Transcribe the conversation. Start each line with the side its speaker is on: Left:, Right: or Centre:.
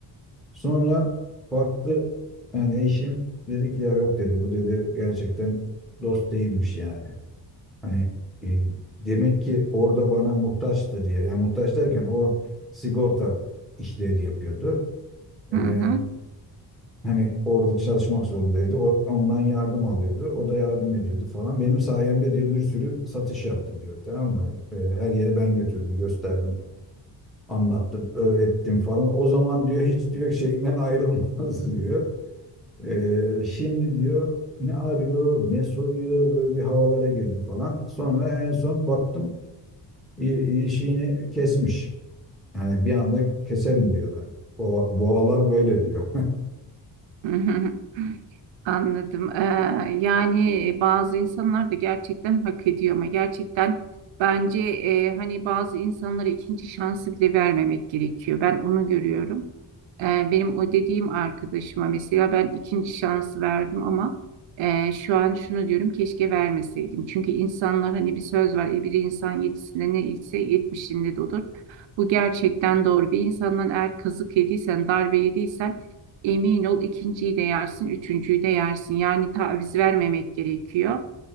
Centre: Sonra baktı yani eşim dedi ki ya yok dedi bu dedi gerçekten dost değilmiş yani. Hani e, demek ki orada bana muhtaçtı diye yani muhtaç derken o sigorta işleri yapıyordu. E,
Right: hı hı,
Centre: hani orada çalışmak zorundaydı. O, ondan yardım alıyordu. O da yardım ediyordu falan. Benim sayemde diyor bir sürü satış yaptı diyor. Tamam mı? E, her yere ben götürdüm, gösterdim, anlattım, öğrettim falan. O zaman diyor hiç diyor şeyinden ayrılmaz <laughs> diyor. E, şimdi diyor ne arıyor, ne soruyor böyle bir havalara girdi falan. Sonra en son baktım i- ilişiğini kesmiş. Yani bir anda keserim diyor ben. Boğa- Boğalar böyle diyor.
Right: hı hı. Anladım. Ee, yani bazı insanlar da gerçekten hak ediyor ama gerçekten bence e, hani bazı insanlara ikinci şansı bile vermemek gerekiyor. Ben onu görüyorum. Ee, benim o dediğim arkadaşıma mesela ben ikinci şansı verdim ama e, şu an şunu diyorum keşke vermeseydim. Çünkü insanlar hani bir söz var e, bir insan yedisinde ne ise yetmişinde de olur. Bu gerçekten doğru. Bir insandan eğer kazık yediysen, darbe yediysen Emin ol ikinciyi de yersin, üçüncüyü de yersin. Yani taviz vermemek gerekiyor.